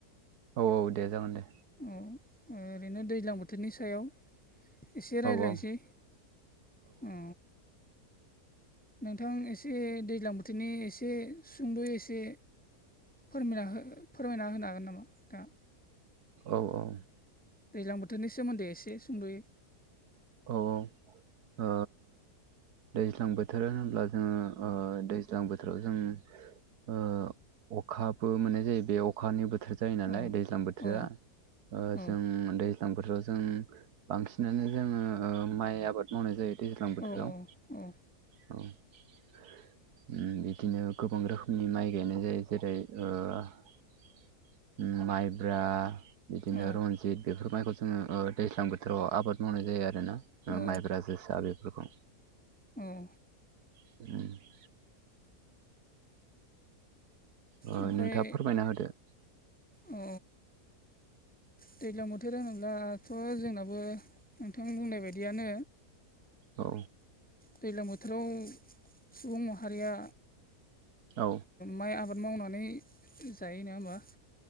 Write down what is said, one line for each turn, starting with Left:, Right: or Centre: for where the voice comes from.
Right: औ औ दे जागोन दे।
Centre: औ ओरैनो दैज्लां बोथोरनि सायाव एसे रायज्लायनोसै
Right: औ औ
Centre: औ। नोंथां एसे दैज्लां बोथोरनि एसे सुंद एसे फोरमायना हो फोरमायना होनो हागोन नामा? दा
Right: औ औ।
Centre: दैज्लां बोथोरनि सोमोन्दै एसे सुंद'यै
Right: औ ओ दैज्लां बोथोर होनोब्ला जोङो ओ दैज्लां बोथोराव जों ओ अखाबो मोननाय जायो बेयाव अखानि बोथोर जायो नालाय
Centre: औ
Right: दैज्लां बोथोरा
Centre: औ
Right: ओ
Centre: औ
Right: जों दै दैज्लां बोथोराव जों बांसिनानो जोङो ओ माइ आबाद मावनाय जायो दैज्लां बोथोराव।
Centre: अ अ।
Right: औ बिदिनो गोबां रोखोमनि माइ गायनाय जायो जेरै ओ माइब्रा बिदिनो
Centre: अ
Right: रनजित रनजिद बेफोर माइखौ जोङो दैज्लां बोथोराव आबाद मावनाय जायो आरोना
Centre: अ
Right: माइब्रा जोसा बेफोरखौ
Centre: उम
Right: <inaudible> ओ
Centre: ओमफ्राय
Right: नोंथाङा फोरमायना होदो
Centre: अ दैज्लां बोथोर होनोब्लाथ जोंनाबो नोंथां बुंनाय बायदियानो
Right: औ
Centre: दैलां बोथोराव सुबुं माहारिया
Right: औ
Centre: माइ आबाद मावनानै जायो नङा होमबा